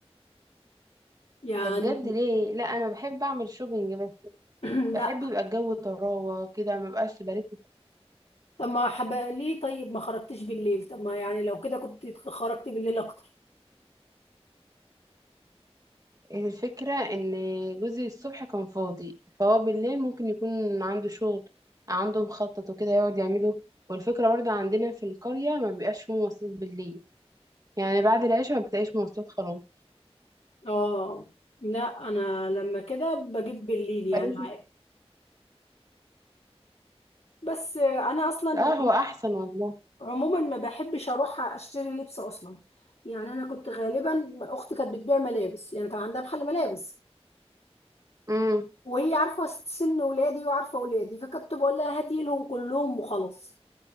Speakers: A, on the left; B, on the right.
A: يعني
B: ده بجد ليه لا انا بحب اعمل شوبينج
A: <clears throat>
B: بحب
A: لا
B: يبقى الجو طراوة كده ما بقاش برد
A: طب ما حب ليه طيب ما خرجتش بالليل طب ما يعني لو كده كنت خرجت بالليل اكتر
B: الفكرة ان جوزي الصبح كان فاضي فهو بالليل ممكن يكون عنده شغل عنده مخطط وكده يقعد يعمله والفكرة برضه عندنا في القرية ما بيبقاش فيه مواصلات بالليل يعني بعد العشاء ما بتلاقيش مواصلات خلاص
A: اه لا انا لما كده بجيب بالليل يعني
B: فلازم
A: عادي بس انا اصلا
B: اه هو احسن والله
A: عموما ما بحبش اروح اشتري لبس اصلا يعني انا كنت غالبا اختي كانت بتبيع ملابس يعني كان عندها محل ملابس
B: امم
A: وهي عارفة سن ولادي وعارفة ولادي فكنت بقول لها هاتي لهم كلهم وخلاص